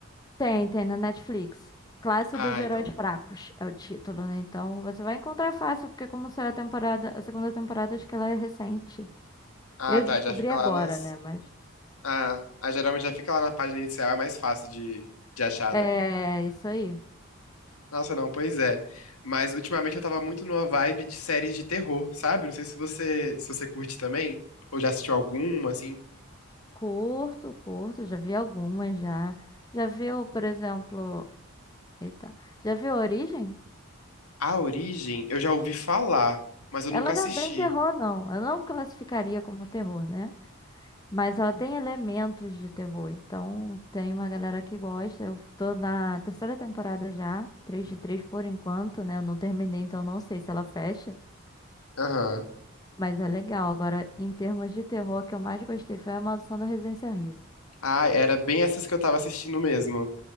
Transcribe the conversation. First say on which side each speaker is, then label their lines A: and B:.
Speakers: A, on the left; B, on the left.
A: Tem, tem na Netflix. Classe
B: Ah,
A: dos Heróis
B: então.
A: Fracos é o título, né? Então você vai encontrar fácil, porque como saiu a temporada, a segunda temporada, acho que ela é recente.
B: Ah,
A: Eu
B: tá,
A: descobri
B: já fica
A: agora,
B: lá nas.
A: né? Mas
B: Ah, ah, geralmente já fica lá na página inicial, é mais fácil de, de achar,
A: é
B: né?
A: isso aí.
B: Nossa, não, pois é. Mas ultimamente eu tava muito numa vibe de séries de terror, sabe? Não sei se você, se você curte também, ou já assistiu alguma, assim.
A: Curto, curto, já vi algumas já. Já viu, por exemplo. Eita. Já viu a Origem?
B: A Origem, eu já ouvi falar, mas eu
A: Ela
B: nunca assisti.
A: não é bem terror, não. Eu não classificaria como terror, né? Mas ela tem elementos de terror. Então, tem uma galera que gosta. Eu tô na terceira temporada já, 3 de 3 por enquanto, né? Eu não terminei, então não sei se ela fecha.
B: Aham.
A: Mas é legal. Agora, em termos de terror, a que eu mais gostei foi A Maldição da Residência Rio.
B: Ah, era bem essas que eu tava assistindo mesmo.